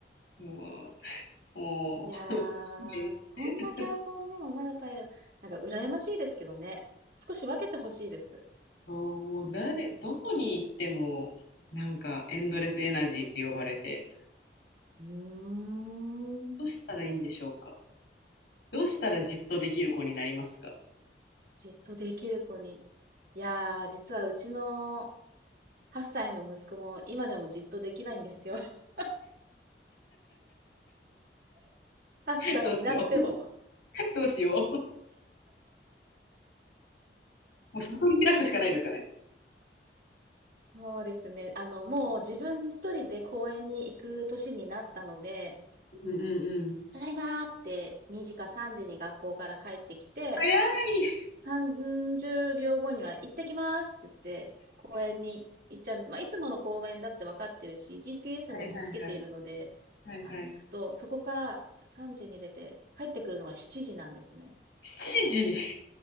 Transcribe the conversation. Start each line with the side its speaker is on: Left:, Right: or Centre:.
Left: う、もう、もう
Right: いやー、
Left: <laughs> 勘弁して
Right: そんだけ遊んでもまだ体力、なんか羨ましいですけどね。少し分けてほしいです。
Left: あーもう誰、
Right: 本当に。
Left: どこに行っても、なんかエンドレスエナジーって呼ばれて、
Right: うーん。
Left: どうしたらいいんでしょうか。どうしたらじっとできる子になりますか。
Right: じっとできる子に。いやー、実はうちの8歳の息子も今でもじっとできないんですよ。<laughs> 8歳になっても。
Left: <laughs> どうしよう。<laughs> どうしよう。もう悟り開くしかないですかね。
Right: うん。そうですね。あの、もう自分一人で公園に行く年になったので、
Left: うんうんうん。
Right: ただいまーって2時か3時に学校から帰ってきて、
Left: 早い。
Right: 30秒後には行ってきますって言って、公園に行っちゃうんです。まあ、いつもの公園だって分かってるし、GPS
Left: はいはいはい。
Right: もつけているので、
Left: はいはい。
Right: あの、行くと、そこから3時に出て、帰ってくるのが7時なんですね。
Left: 7時。